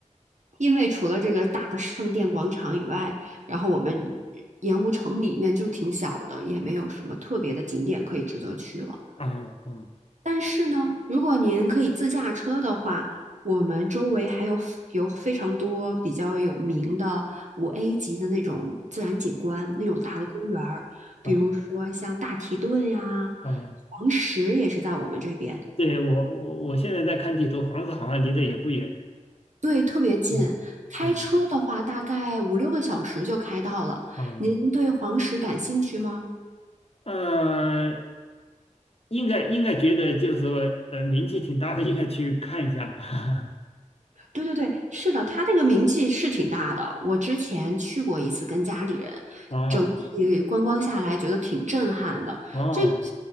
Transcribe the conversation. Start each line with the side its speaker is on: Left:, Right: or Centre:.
Right: 因为除了这个大的圣殿广场以外，然后我们盐湖城里面就挺小的，也没有什么特别的景点可以值得去了。
Left: 啊啊
Right: 但是呢，如果您可以自驾车的话，我们周围还有 f- 有非常多比较有名的五 A 级的那种自然景观，那种大的公园儿，
Left: 啊！
Right: 比如说像大提顿呀、
Left: 啊啊
Right: 黄石也是在我们这边，
Left: 对，我我我现在在看地图，黄石好像离得也不远。
Right: 对，特别近。
Left: 嗯嗯
Right: 开车的话，大概五六个小时就开到了。
Left: 嗯，
Right: 您对黄石感兴趣吗？
Left: 嗯，应该应该觉得就是说，呃，名气挺大的，应该去看一下吧。
Right: 对对对，是的，他那个名气是挺大的。我之前去过一次，跟家里人，
Left: <laughs> 哦
Right: 整体观光下来觉得挺震撼的。
Left: 哦，
Right: 这个，